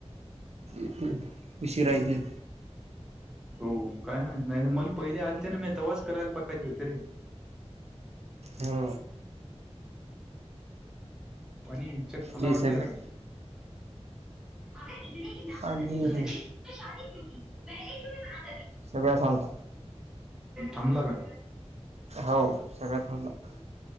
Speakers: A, on the right (about 70°); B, in the centre.
A: येतील उशिरा येतील.
B: हो काय माहिती नाहीत मल पहिले आलते न म्या तवाच करायल पाहिजे होते रे.
A: हो
B: पणी <unintelligible>
A: ते
B: वाटते
A: सबमिट
B: आता अगर इतने ही ना
A: आणि
B: पसंद है जिजाजी तो शादी क्यू की पहिले क्यू नही मना
A: सगळ्या सांगता
B: थांबला का?
A: हाव सगळ्या थांबला.